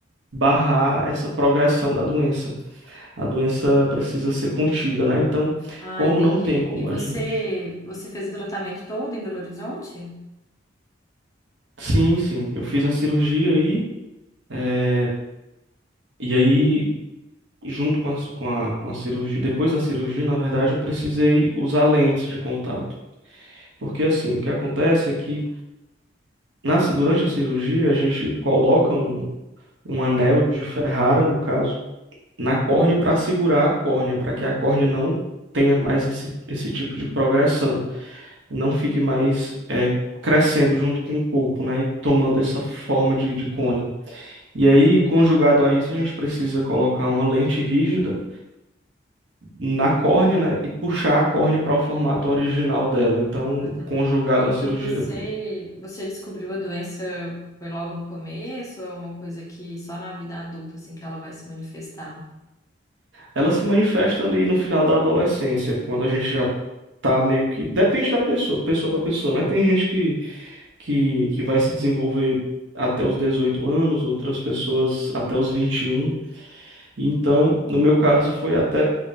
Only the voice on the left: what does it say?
Ah,
entendi.
E você,
você fez o tratamento todo em Belo Horizonte?
Uhum.
Não.
Ah, tá.
E,
e você,
você descobriu a doença foi logo no começo ou é uma coisa que só na vida adulta assim que ela vai se manifestar?